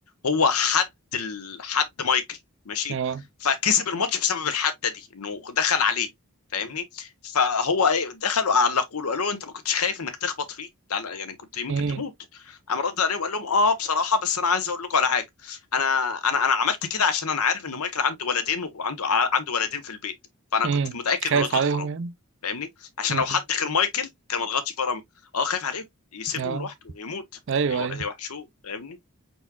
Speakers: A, on the left; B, on the right.
A: هو حد ال... حد مايكل ماشي
B: اه
A: فكسب الماتش بسبب الحده دي انه دخل عليه فاهمني فهو ايه دخلوا علقوا له قالوا له انت ما كنتش خايف انك تخبط فيه لا لا، يعني كنت يمكن
B: امم
A: تموت قام رد عليهم قال لهم اه بصراحه بس انا عايز اقول لكم على حاجه انا انا انا عملت كده عشان انا عارف ان مايكل عنده ولدين وعنده ع- عنده ولدين في البيت فانا
B: امم
A: كنت متاكد
B: خايف
A: انه يضغط
B: عليهم
A: فرامل
B: يعني
A: فاهمني عشان
B: امم
A: لو حد غير مايكل كان ما ضغطش فرامل اه خايف عليهم يسيبهم
B: اه
A: لوحده يموت
B: ايوه
A: يو-
B: ايوه
A: يوحشوه فاهمني